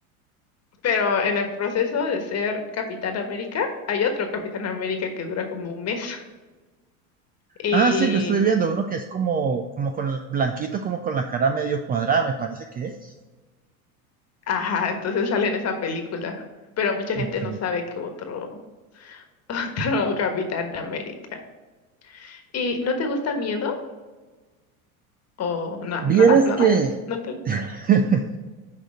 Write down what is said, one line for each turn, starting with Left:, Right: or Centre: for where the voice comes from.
Left: Pero en el proceso de ser Capitán América, hay otro Capitán América que dura como un mes. <laughs> Y,
Right: Ah, sí, yo estuve viendo uno que es como, como con el- blanquito, como con la cara medio cuadrada, me parece que es.
Left: ajá, entonces sale en esa película. Pero mucha
Right: Ok.
Left: gente no sabe que otro, <laughs> otro Capitán América. ¿Y no te gusta miedo? ¿O no,
Right: Vieras
Left: nada? ¿Nada?
Right: que
Left: ¿No te...
Right: <laughs>